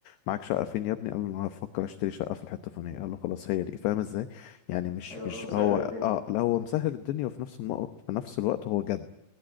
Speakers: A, on the left; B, on the right.
A: معاك شقة فين يا ابني؟ قال له أنا هفكر أشتري شقة في الحتة الفلانية قال له خلاص هي دي فاهم إزاي؟ يعني مش
B: ايوه اللي
A: مش
B: هو مسهل
A: هو
B: الدنيا
A: أه لا هو مسهل الدنيا وفي نفس المو... في نفس الوقت هو جد